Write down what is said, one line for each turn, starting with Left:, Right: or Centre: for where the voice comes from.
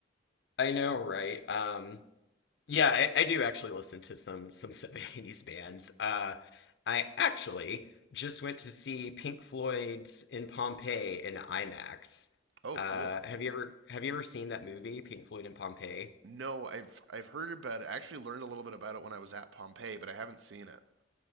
Left: I know, right? Um, yeah, I, I do actually listen to some some <laughs> 70s bands. Uh, I actually just went to see Pink Floyd's in Pompeii in IMAX.
Right: Oh,
Left: Uh,
Right: cool.
Left: have you ever have you ever seen that movie, Pink Floyd in Pompeii?
Right: No, I've I've heard about it. I actually learned a little bit about it when I was at Pompeii, but I haven't seen it.